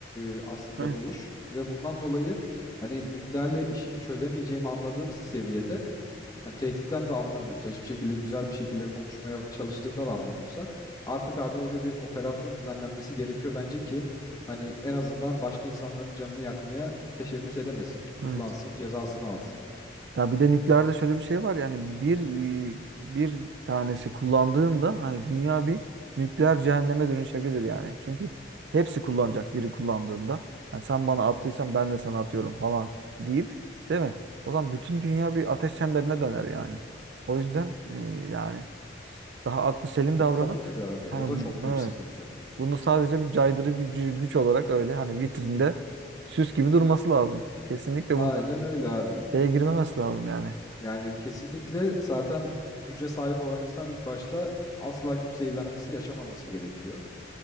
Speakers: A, on the left (about 20°); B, on the right (about 65°).
A: e, aslında
B: Evet,
A: buluş ve bundan dolayı hani nükleerle işimi çözemeyeceğimi anladığım seviyede yani tehditten de anlamıyorsa, hiçbir şekilde güzel bir şekilde konuşmaya çalıştığında da anlamıyorsa artık abi öyle bir operasyon düzenlenmesi gerekiyor bence ki hani en azından başka insanların canını yakmaya teşebbüs edemesin, tutuklansın,
B: evet.
A: cezasını alsın.
B: Ya bir de nükleerde şöyle bir şey var yani bir bir tanesi kullandığında hani dünya bir nükleer cehenneme dönüşebilir yani. Çünkü hepsi kullanacak biri kullandığında. Hani sen bana attıysan ben de sana atıyorum falan deyip değil mi? O zaman bütün dünya bir ateş çemberine döner yani. O yüzden e, yani daha aklı selim davranıp
A: E, tabii ki de abi.
B: hani
A: O da çok büyük
B: evet
A: sıkıntı.
B: bunu sadece bir caydırı gücü, güç olarak öyle hani vitrinde süs gibi durması lazım. Kesinlikle
A: Aynen
B: bunlara
A: öyle abi.
B: şeye girmemesi lazım yani.
A: Yani kesinlikle zaten güce sahip olan insan ilk başta asla güç zehirlenmesi yaşamaması gerekiyor.